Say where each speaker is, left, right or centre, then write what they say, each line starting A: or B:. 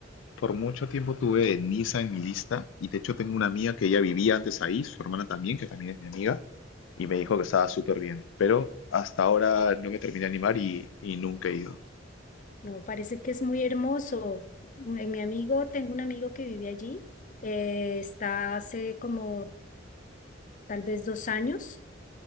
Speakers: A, on the left; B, on the left.
A: por mucho tiempo tuve Niza en mi lista y de hecho tengo una amiga que ella vivía antes ahí, su hermana también, que también es mi amiga, y me dijo que estaba súper bien. Pero hasta ahora no me terminé de animar y, y nunca he ido.
B: No, parece que es muy hermoso. Mi mi amigo, tengo un amigo que vive allí. eh, está hace como tal vez dos años.